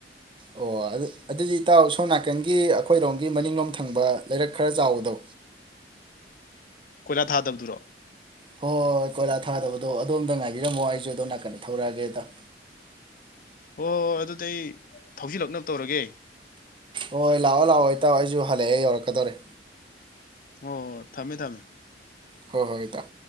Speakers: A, on the right; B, on the left.
A: ꯑꯣ ꯑꯗꯨ ꯑꯗꯨꯗꯤ ꯏꯇꯥꯎ ꯑꯁꯣꯝ ꯅꯥꯀꯟꯒꯤ ꯑꯩꯈꯣꯏꯔꯣꯝꯒꯤ ꯃꯅꯤꯡꯂꯣꯝ ꯊꯪꯕ ꯂꯩꯔꯛ ꯈꯔ ꯆꯥꯎꯕꯗꯣ
B: ꯀꯣꯏꯂꯥ ꯊꯥꯗꯕꯗꯨꯔꯣ
A: ꯍꯣꯏ ꯍꯣꯏ ꯀꯣꯏꯂꯥ ꯊꯥꯗꯕꯗꯣ ꯑꯗꯣꯝꯗ ꯉꯥꯏꯕꯤꯔꯝꯃꯣ ꯑꯩꯁꯨ ꯑꯗꯣ ꯅꯥꯀꯟꯗ ꯊꯧꯔꯛꯑꯒꯦ ꯏꯇꯥꯎ
B: ꯍꯣꯏ ꯍꯣꯏ ꯍꯣꯏ ꯑꯗꯨꯗꯤ ꯑꯩ ꯊꯧꯖꯤꯜꯂꯛꯅꯕ ꯇꯧꯔꯒꯦ
A: ꯍꯣꯏ ꯂꯥꯛꯑꯣ ꯂꯥꯛꯑꯣ ꯏꯇꯥꯛꯑꯣ ꯑꯩꯁꯨ ꯍꯜꯂꯛꯑꯦ ꯌꯧꯔꯛꯀꯗꯧꯔꯦ
B: ꯑꯣ ꯊꯝꯃꯦ ꯊꯝꯃꯦ
A: ꯍꯣꯏ ꯍꯣꯏ ꯏꯇꯥꯎ